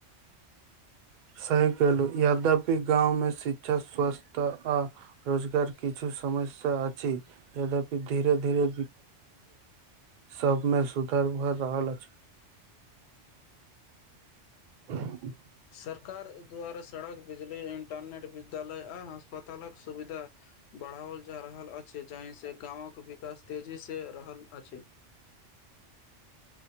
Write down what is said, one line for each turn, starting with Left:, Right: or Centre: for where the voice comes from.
Right: सही कहलु यद्यपि गाँवमे शिक्षा स्वास्थ्य आ रोजगार किछु समस्या अछि यद्यपि धीरे धीरे सभमे सुधार भऽ रहल अछि <unintelligible>
Left: सरकार द्वारा सड़क बिजली इंटरनेट विद्यालय आ अस्पतालक सुविधा बढ़ाओल जा रहल अछि जाहि से गाँवक विकास तेजीसँ रहल अछि।